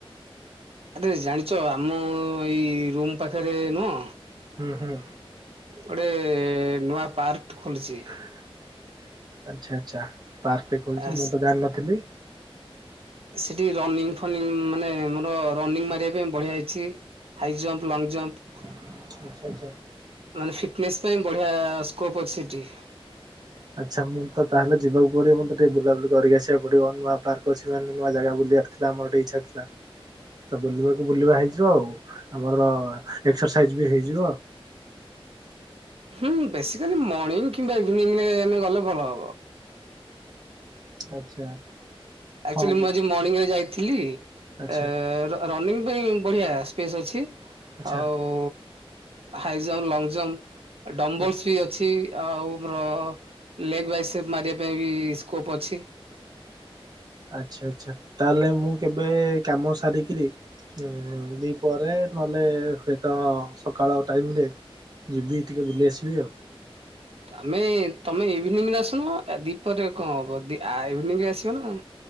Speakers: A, on the right (about 75°); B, on the right (about 40°).
A: ଆରେ ଜାଣିଚ ଆମ ଏଇ ରୁମ୍ ପାଖରେ ନୁହଁ
B: ହୁଁ ହୁଁ।
A: ଗୋଟେ ନୂଆ ପାର୍କ ଟ ଖୋଲିଚି।
B: ଆଚଛା ଆଚଛା ପାର୍କ ଟ ଖୋଲିଚି
A: ଆସ୍
B: ମୁଁ ତ ଜାଣିନଥିଲି।
A: ସିଠି ରନିଂ ଫନିଙ୍ଗ ମାନେ ମୋର ରନିଂ ମାରିବା ରେ ବଢିଆ ହେଇଚି। ହାଇ ଜମ୍ପ ଲଙ୍ଗ ଜମ୍ପ
B: ଆଚଛା ଆଚ୍ଛା।
A: ମାନେ ଫିଟନେସ୍ ପାଇଁ ବଢିଆ ସ୍କୋପ୍ ଅଛି ସେଠି।
B: ଆଚ୍ଛା ମୁଁ ତ ତାହେଲେ ଯିବାକୁ ପଡିବ। ମତେ ଟିକେ ବୁଲାବୁଲି କରିକି ଆସିବାକୁ ପଡିବ। ନୂଆ ପାର୍କ ଅଛିିମାନେ ନୂଆ ଜାଗା ବୁଲିବା ଯାହା ମୋର ଟିକେ ଇଚ୍ଛା ଥିଲା। ତ ବୁଲିବାକୁ ବୁଲିବା ହେଇଯିବ ଆଉ। ଆମର ଅ ଏକ୍ସରସାଇଜ୍ ବି ହେଇଯିବ।
A: ହୁଁ ବେସିକାଲି ମର୍ଣ୍ଣିଂ କିମ୍ବା ଇଭିନିଂ ରେ ଆମେ ଗଲେ ଭଲ ହବ।
B: ଆଚ୍ଛା।
A: ଏକଚୁଆଲି
B: ହଁ।
A: ମୁଁ ଆଜି ମର୍ଣିଂରେ ଯାଇଥିଲି। ଏ
B: ଆଚ୍ଛା
A: ର ରନିଙ୍ଗ ପାଇଁ ବଢିଆ ସ୍ପେସ୍ ଅଛି
B: ଆଚ୍ଛା
A: ଆଉ ଉ ହାଇ ଜମ୍ପ, ଲଙ୍ଗ ଜମ୍ପ, ଡମ୍ବଲସ
B: ଆଚ୍ଛା
A: ବି ଅ ଛି ଆଉ ଆମର ଲେଗ ବାଇସେପ ମାରିବା ପାଇଁ ବି ସ୍କୋପ ଅଛି।
B: ଆଚ୍ଛା ଆଚ୍ଛା ତାହେଲେ ମୁଁ କେବେ କାମ ସାରିକିରି ଉଁ ଦି ପହରରେ ନହେଲେ ହୁଏତ ସକାଳ ଟାଇମ ରେ ଯିବି ଟିକେ ବୁଲି ଆସିବି ଆଉ।
A: ଆମେ ତମେ ଇଭିନିଂ ରେ ଆସୁନ। ଆ ଦିପରେ କଣ ହବ? ଦି ଆ ଇଭିନିଂ ରେ ଆସିବ ନା।